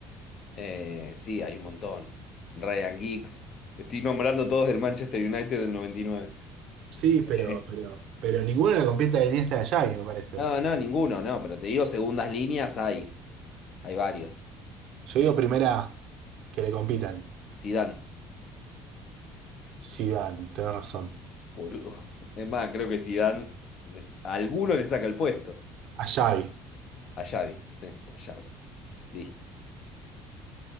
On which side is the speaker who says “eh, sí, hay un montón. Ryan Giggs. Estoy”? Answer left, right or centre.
Left